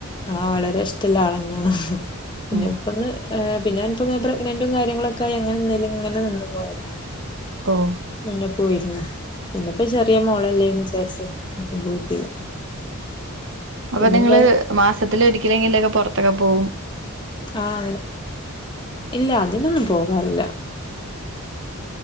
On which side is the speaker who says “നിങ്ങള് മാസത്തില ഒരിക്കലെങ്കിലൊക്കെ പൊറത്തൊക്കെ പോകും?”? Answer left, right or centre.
Right